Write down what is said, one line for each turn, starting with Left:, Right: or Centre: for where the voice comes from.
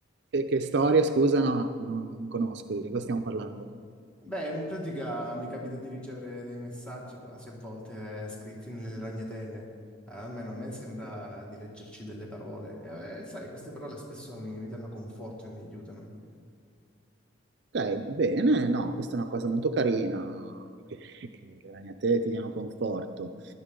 Right: Che, che storia, scusa, no, no, non conosco di cosa stiamo parlando.
Centre: Beh, in pratica mi capita di ricevere dei messaggi quasi a volte eh, scritti nelle ragnatele, Eh, almeno a me sembra di leggerci delle parole. Eh, sai, queste parole spesso mi, mi danno conforto e mi aiutano.
Right: Ok, bene, no, questa è una cosa molto carina, che, che le ragnatele ti diano conforto.